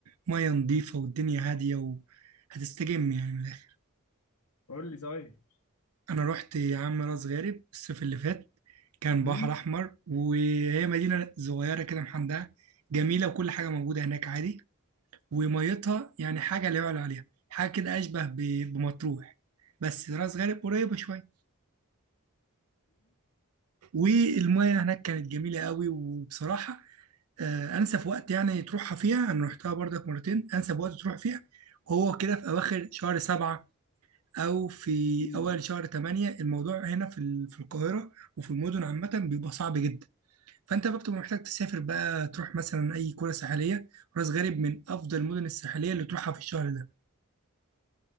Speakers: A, on the right; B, on the left.
A: مية نظيفة والدنيا هادية وهتستجم يعني من الاخر
B: قول لي طيب
A: انا رحت يا عم راس غارب الصيف اللي فات كان
B: امم
A: بحر احمر وهي مدينة صغيرة كده محندقة جميلة وكل حاجة موجودة هناك عادي وميتها يعني حاجة لا يعلى عليها حاجة كده اشبه ب- بمطروح بس راس غارب قريبة شوية والمية هناك كانت جميلة قوي وبصراحة آه، انسب وقت يعني تروحها فيها انا رحتها برضك مرتين انسب وقت تروح فيها هو كده في اواخر شهر سبعة او في
B: امم
A: اول شهر تمانية الموضوع هنا في ال- في القاهرة وفي المدن عامة بيبقى صعب جدا فانت بقى بتبقى محتاج تسافر بقى تروح مثلا اي قرى ساحلية راس غارب من افضل المدن الساحلية اللي تروحها في الشهر ده